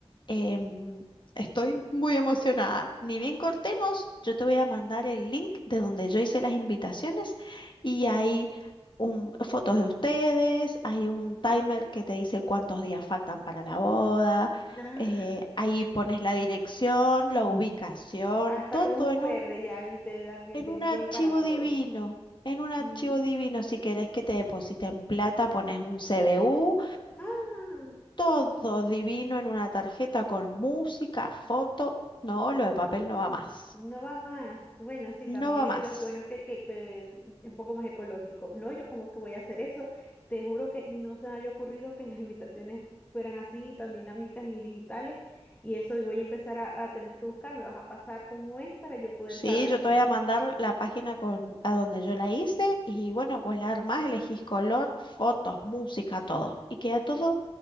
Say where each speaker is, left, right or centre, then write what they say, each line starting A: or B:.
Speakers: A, on the left (about 50°); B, on the left (about 15°).
A: Em, estoy muy emocionada. Ni bien cortemos, yo te voy a mandar el link de donde yo hice las invitaciones y hay un- fotos de ustedes, hay un timer que te dice cuántos días faltan para la boda,
B: Ah,
A: eh, ahí pones la dirección, la ubicación,
B: <laughs> hasta
A: todo
B: con un QR
A: en un,
B: ya y te, da- te
A: en un
B: envían
A: archivo
B: para todo.
A: divino. En un archivo
B: Mm.
A: divino, si querés que te depositen plata, pones un CBU
B: Ah,
A: todo divino en una tarjeta con música, foto. No, lo de papel no va más.
B: no va más. Bueno, sí,
A: No
B: también
A: va
B: es
A: más.
B: lo bueno que, que, que es un poco más ecológico. No, yo como que voy a hacer eso. Te juro que no se me había ocurrido que <laughs> las invitaciones fueran así, tan dinámicas y digitales. Y eso voy a empezar a, a tener que buscar. Me vas a pasar cómo es para yo poder
A: Sí,
B: saber
A: yo te
B: cómo.
A: voy a mandar la página con, a donde yo la hice y bueno, vos la armás, elegís color, fotos, música, todo. Y queda todo